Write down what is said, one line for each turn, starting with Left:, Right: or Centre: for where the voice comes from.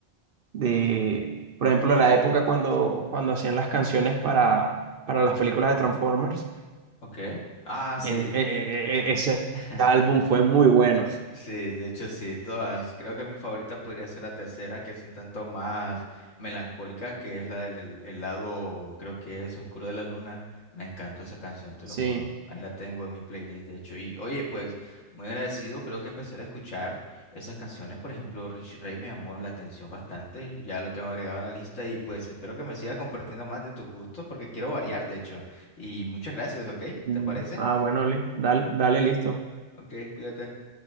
Right: de, por ejemplo, la época cuando, cuando hacían las canciones para, para las películas de Transformers.
Left: Ok. Ah, sí.
Right: E- e- e- e- ese
Left: <laughs>
Right: álbum fue muy bueno.
Left: Sí, de hecho sí, todas. Creo que mi favorita podría ser la tercera, que es un tanto más melancólica, que es la del el- el lado, creo que es Oscuro de la Luna. Me encantó esa canción, te
Right: Sí.
Left: lo juro. Ahí la tengo en mi playlist, de hecho. Y oye, pues muy agradecido, creo que empezaré a escuchar esas canciones. Por ejemplo, Richie Ray me llamó la atención bastante, ya lo tengo agregado en la lista y pues espero que me sigas compartiendo más de tus gustos porque quiero variar, de hecho. Y muchas gracias, ¿ok?
Right: Mm.
Left: ¿Te parece?
Right: Ah, bueno, li- dale, dale, listo.
Left: Ok, cuídate.